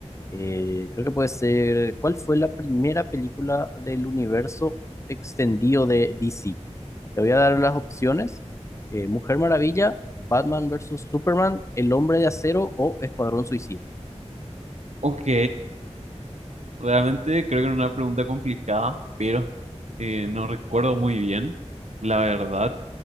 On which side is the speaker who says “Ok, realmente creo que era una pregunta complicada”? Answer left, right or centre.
Right